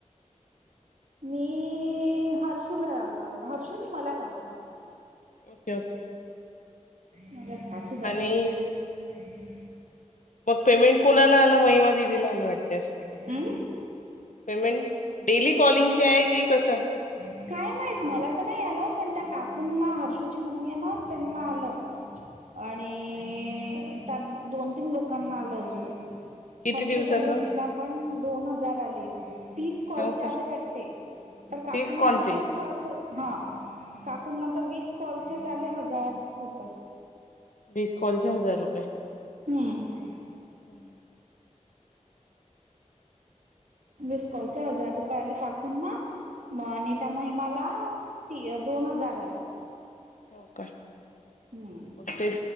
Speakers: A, on the right (about 75°); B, on the left (about 80°).
A: मी हर्षूला लावला होता. हर्षूनी मला लावला होता.
B: Okay okay.
A: मला सासूबाईंना
B: आणि
A: <unintelligible>
B: मग पेमेंट कुणाला आलं? महिमा दिदीला आलं वाटतं
A: हं?
B: पेमेंट? डेली कॉलिंगच आहे की कसं?
A: काय माहीत मला तर नाही आलं, पण त्या काकूंना हर्षूची मम्मी ये ना त्यांना आलं
B: हम्म
A: आणि
B: हा हा.
A: दोन, तीन लोकांना आलं अजून.
B: किती
A: हर्षूच्या
B: दिवसाचं
A: बहिणीला पण दोन हजार आले. तीस कॉलचे
B: हो का
A: आले वाटतेय, तर काकूं
B: तीस कॉलचे
A: तीस कॉलचे? हा काकूंना तर वीस कॉलचेच आले हजार रुपये.
B: वीस कॉलचे हजार रुपये.
A: हम्म.
B: हम् हम
A: वीस कॉलचे हजार रुपये आले काकूंना म आणि त्या महिमाला ती दोन हजार आले.
B: हो का?
A: हम्म
B: मग ते